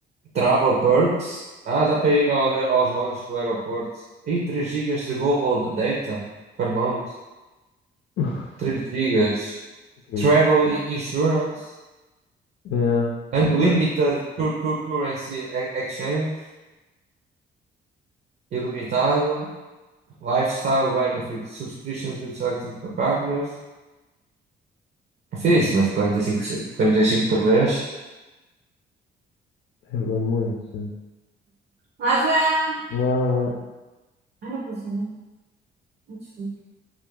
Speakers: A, on the right; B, on the left.
A: travel perks. Ah, dá para ir ao- aos lounges do aeroporto. E 3 gigas de global data per month.
B: <laughs>
A: 3 gigas.
B: O que
A: Travel
B: é isso?
A: i- insurance.
B: É.
A: Unlimited
B: Mas
A: cur- cur- currency e- exchange. Ilimitado. Lifestyle benefits. Subscriptions with selected partners. É Fixe, mas quarenta e cinco, quarenta e cinco por mês.
B: é muito, sim.
A: Lá, Joana.
B: Lá, lá.
A: Ai, não posso falar. Ah, Desculpa.